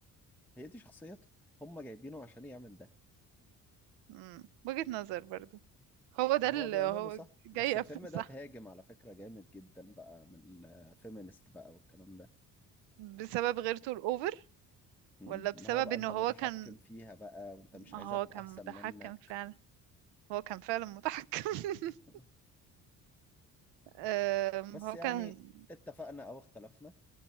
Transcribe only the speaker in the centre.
هي دي شخصيته هم جايبينه عشان يعمل ده
فهو
بيعمله
صح
بس الفيلم
ده
تهاجم على فكرة جامد جدا بقى من الفيمينست بقى والكلام ده
مم.
ان هو بقى
انت
متحكم
فيها بقى وانت مش عايزها
تبقى
احسن
منك
<laughs>
بس
يعني
اتفقنا أو اختلفنا